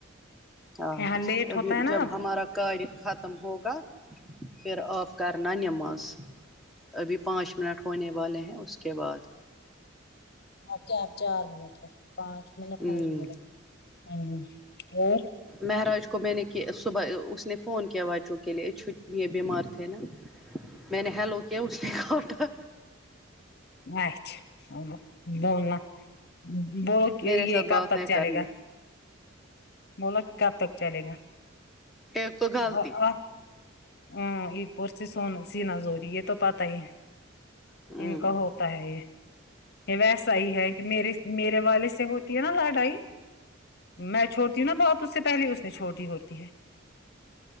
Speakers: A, in the centre; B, on the left.
A: اچھا
B: یہاں لیٹ
A: ابھی
B: ہوتا ہے نا
A: جب
B: اب
A: ہمارا کاریہ ختم ہوگا پھر آپ کنا نماز ابھی پانچ منٹ ہونے والے ہیں اس کے بعد
B: آپ کیا اپ چار منٹ ہے پانچ منٹ
A: ہمم
B: ہونے والے ہ اور
A: مہاراج کو میں نے صبح اس نے فون کیا بچوں کے لیے چیہ بیمار تھے نا میں نے حلو کیا اس نے کاٹا
B: اچھا بولنا بولتی
A: میرے
B: ہے یہ
A: ساتھ
B: کب
A: بات
B: تک
A: نہیں
B: چلے
A: کرنی
B: گا بولو کب تک چلے گا
A: ایک تو غلطی
B: ہاں یہ اپسی سو سین زوری یہ تو پت ہی ہے
A: ہمم
B: ان کا ہو تا ہے یہ یہ ویسا ہی ہے کہ میرے میرے والےوالد سے ہوتی ہے نا لڑائی میں چھوڑتی ہوں نا بہت اس سے پہلے اس نے چھوڑ دی ہوتی ہے